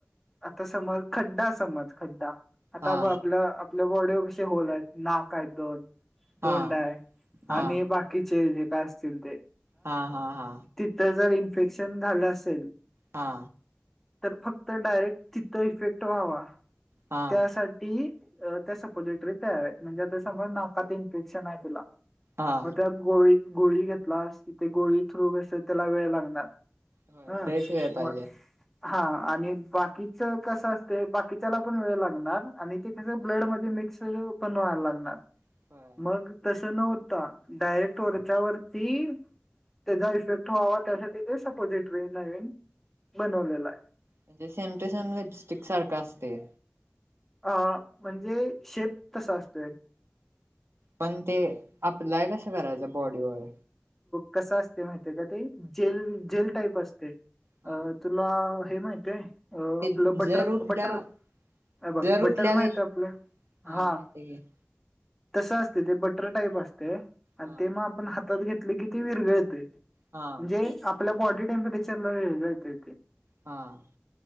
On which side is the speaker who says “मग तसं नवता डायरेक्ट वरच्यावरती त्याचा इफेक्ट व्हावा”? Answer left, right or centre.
Centre